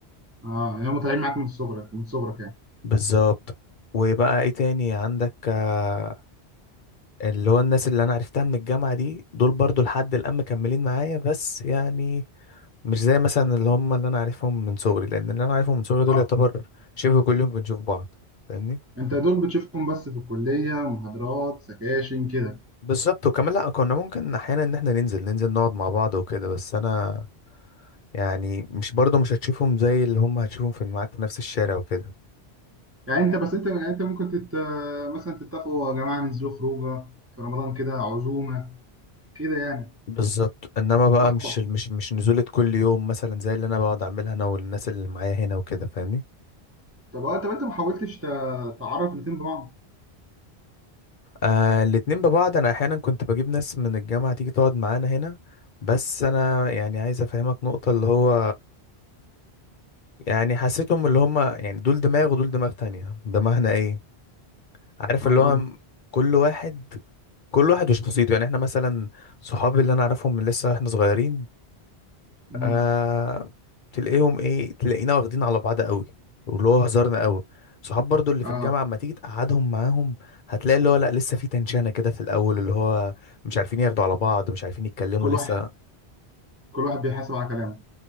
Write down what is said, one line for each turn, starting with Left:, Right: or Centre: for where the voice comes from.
Right: اه يعني هم طالعين معاك من صغرك من صغرك يعني
Left: بالظبط وبقى ايه تاني عندك آه، اللي هو الناس اللي انا عرفتها من الجامعة دي دول برضو لحد الآن مكملين معايا بس يعني مش زي مثلا اللي هم اللي انا عارفهم من صغري لان اللي انا عارفهم من صغري دول
Right: اه
Left: يعتبر شبه كل يوم بنشوف بعض فاهمني
Right: انت دول بتشوفهم بس في الكليه محاضرات سكاشن كده
Left: بالظبط وكمان لا كنا ممكن احيانا ان احنا ننزل ننزل نقعد مع بعض وكده بس انا يعني مش برضو مش هتشوفهم زي اللي هم هتشوفهم في معاك في نفس الشارع وكده
Right: يعني انت بس انت يعني انت ممكن تت... مثلا تتفقوا "أه يا جماعه ننزلوا خروجه في رمضان كده عزومه كده يعني
Left: بالظبط انما بقى
Right: صحبه
Left: مش مش مش نزولة كل يوم مثلا زي اللي انا بقعد اعملها انا والناس اللي معايا هنا وكده فاهمني
Right: طب اه طب انت ما حاولتش ت... تعرف الاتنين ببعض
Left: آه الاتنين ببعض انا احيانا كنت بجيب ناس من الجامعة تيجي تقعد معانا هنا بس انا يعني عايز افهمك نقطة اللي هو يعني حسيتهم اللي هم يعني دول دماغ ودول دماغ تانية دماغنا ايه عارف
Right: اه
Left: اللي هو
Right: قول لي
Left: كل واحد كل واحد وشخصيته يعني احنا مثلا صحابي اللي انا اعرفهم من لسه احنا صغيرين
Right: مم.
Left: آه تلاقيهم ايه تلاقينا واخدين على بعض قوي واللي هو هزارنا قوي صحاب برضو اللي في
Right: اه
Left: الجامعة اما تيجي تقعدهم معاهم هتلاقي اللي هو لا لسه في تنشانة كده في الأول اللي هو مش عارفين ياخدوا على بعض مش عارفين يتكلموا
Right: كل
Left: لسه
Right: واحد كل واحد بيحاسب على كلامه